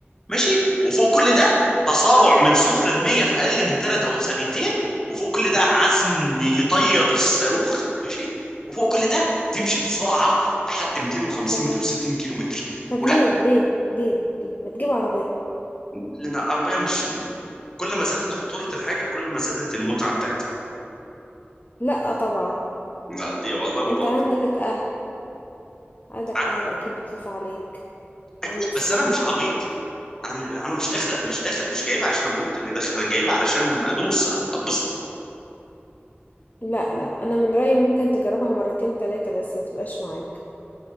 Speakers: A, on the left; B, on the left.
A: ماشي وفوق كل ده تسارع من صفر ل 100 في اقل من ثلاث او ثانيتين وفوق كل ده عزم يطير الصاروخ ماشي وفوق
B: اه
A: كل ده تمشي بسرعه لحد 250
B: تمام
A: 260 كيلو متر
B: طب
A: ولا
B: ليه ليه ليه ليه ما تجيب عربيه
A: لان العربيه مش كل ما زادت خطوره الحاجه كل ما زادت المتعه بتاعتها
B: لا طبعا
A: لا دي والله ما
B: انت
A: بهزر
B: عندك اهل عندك
A: ع-
B: اهل اكيد بيخافوا عليك
A: اكيد
B: عندك صحاب
A: بس انا مش
B: بيحبوك
A: عبيط انا م- انا مش داخل مش داخل مش جايبها عشان اموت انا داخل انا جايبها علشان ادوس أب- اتبسط
B: لا لا انا من رايي ممكن تجربها مرتين تلاتة بس ما تبقاش معاك